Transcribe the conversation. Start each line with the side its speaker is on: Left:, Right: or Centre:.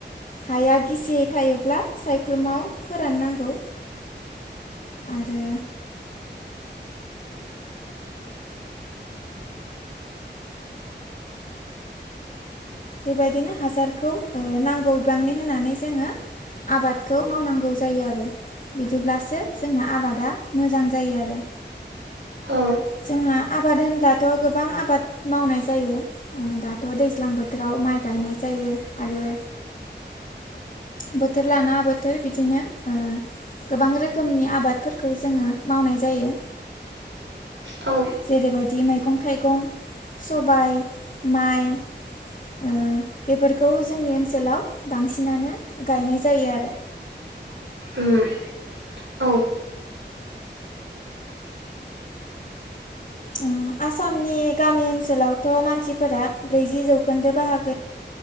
Left: हाया गिसियै थायोब्ला सायख्लुमाव फोराननांगौ। आरो बेबायदिनो हासारखौ ओ नांगौ बिबांनि होनानै जोङो आबादखौ मावनांगौ जायो आरो बिदिब्लासो जोंना आबादा मोजां जायो आरो
Right: औ
Left: जोंहा आबाद होनब्लाथ' गोबां आबाद मावनाय जायो। ओ दाथ' दैज्लां बोथोराव माइ गायनाय जायो आरो बोथोर लाना बोथोर बिदिनो ओ गोबां रोखोमनि आबादफोरखौ जोङो मावनाय जायो
Right: औ
Left: जेरैबायदि मैगं थाइगं सबाय माइ ओ बेफोरखौ जोंनि ओनसोलाव बांसिनानो गायनाय जायो आरो
Right: उम औ
Left: ओ आसामनि गामि ओनसोलावथ' मानसिफोरा ब्रैजि जौखोन्दो बाहागो